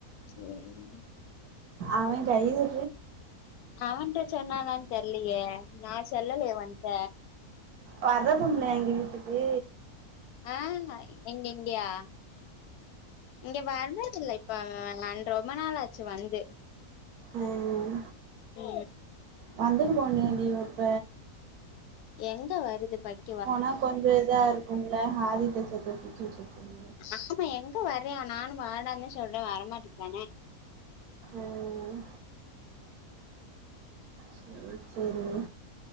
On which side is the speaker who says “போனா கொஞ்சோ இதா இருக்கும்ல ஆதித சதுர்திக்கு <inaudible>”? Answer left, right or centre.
Right